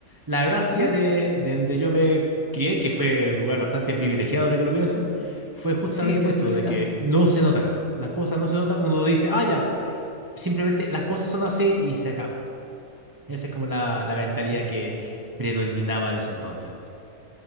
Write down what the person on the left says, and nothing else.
ujú.
Sí, muy
privilegiado.